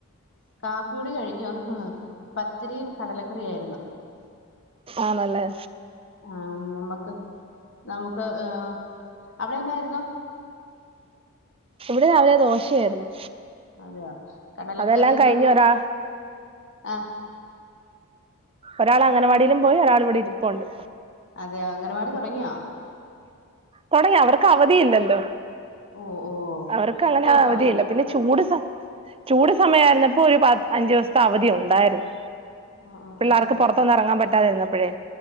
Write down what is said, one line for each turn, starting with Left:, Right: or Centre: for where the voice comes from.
Left: കാപ്പികുടി കഴിഞ്ഞു പത്തിരിയും കടലക്കറിയായിരുന്നു
Right: ആണല്ലേ
Left: ആഹ് നമുക്ക് നമുക് ക്ക് ഏഹ് അവിടെന്നായിരുന്നു
Right: ഇവിടെ രാവിലെ ദോശയായിരുന്നു
Left: അതെയോ കടലക്കറീന്ന്
Right: അതെല്ലാം കഴിഞ്ഞ്
Left: പറ
Right: ഒരാ
Left: ആഹ്
Right: ഒരാൾ അംഗനവാടിയിലും പോയി ഒരാൾ ഇവിടെ ഇരിപ്പുണ്ട്
Left: അതെ അംഗൻവാടി തുടങ്ങിയോ
Right: തുടങ്ങി അവർക്ക് അവധി ഇല്ലല്ലോ
Left: ഓഹ് ഓഹ്
Right: അവർക്ക് അങ്ങനെ
Left: ഓഹ്
Right: അവധിയില്ല
Left: ഭയ
Right: പിന്നെ ചൂട് സ ചൂട് സമയമായിരുന്നപ്പോ ഒരു അഞ്ചു ദിവസത്തെ അവധി ഉണ്ടായിരുന്നു
Left: ആഹ് ആഹ്
Right: പിള്ളേർക്ക്
Left: ആഹ്
Right: പുറത്തൊന്നും ഇറങ്ങാൻ പറ്റാതിരുന്നപ്പഴേ